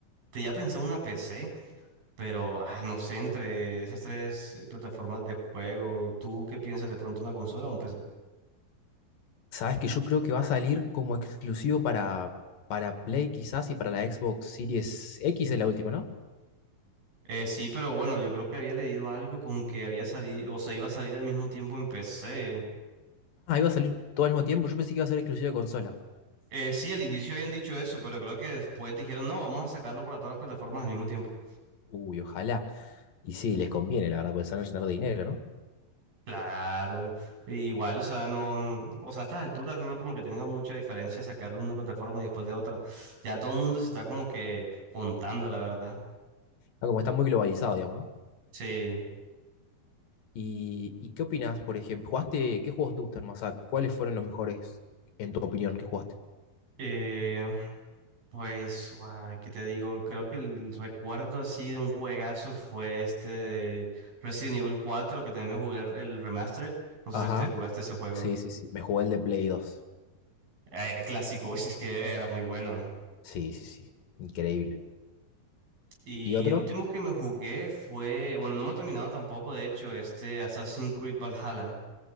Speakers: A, on the right; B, on the left.
A: tenía pensado una PC, pero, ah, no sé, entre esas tres eh, plataformas de juego, ¿tú qué piensas de pronto una consola o un PC?
B: Sabes que yo creo que va a salir como exclusivo para, para Play quizás y para la Xbox Series X es la última, ¿no?
A: Eh, sí, pero bueno, yo creo que había leído algo con que había salido, o sea, iba a salir al mismo tiempo en PC.
B: Ah, iba a salir todo al mismo tiempo. Yo pensé que iba a ser exclusivo de consola.
A: Eh, sí, al inicio habían dicho eso, pero creo que después dijeron, no, vamos a sacarlo para todas las plataformas al mismo tiempo.
B: Uy, ojalá. Y sí, les conviene, la verdad, porque se van a llenar de dinero, ¿no?
A: Claro, igual, o sea, no, o sea, a estas alturas uno como que tenga mucha diferencia sacarlo de una plataforma y después de otra. Ya todo el mundo se está como que juntando, la verdad.
B: Ah, como está muy globalizado, digamos, ¿no?
A: Sí.
B: ¿Y, y qué opinás, por ejemplo? ¿Jugaste, qué juegos te gustan más? Ah, ¿Cuáles fueron los mejores, en tu opinión, que jugaste?
A: Eh, pues, ah, ¿qué te digo? Creo que el recuerdo así de un juegazo fue este de Resident Evil cuatro, que también me jugué el remastered. No sé
B: Ajá.
A: si te jugaste ese juego.
B: Sí, sí, sí. Me jugué el de Play dos
A: Eh, el clásico, <laughs> uy, es que era muy bueno.
B: Sí, sí, sí. Increíble.
A: Y
B: ¿Y otro?
A: el último que me jugué fue, bueno, no me lo he terminado tampoco, de hecho, este Assassin's Creed Valhalla.